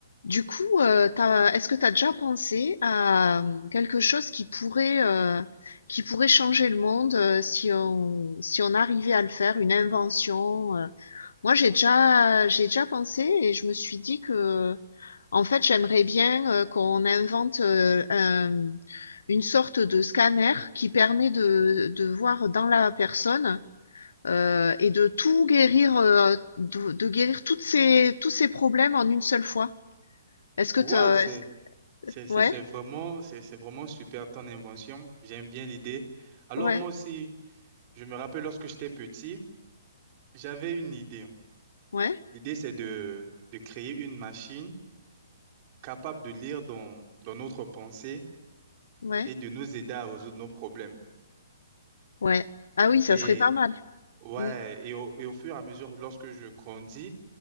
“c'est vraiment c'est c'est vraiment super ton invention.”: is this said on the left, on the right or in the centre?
Right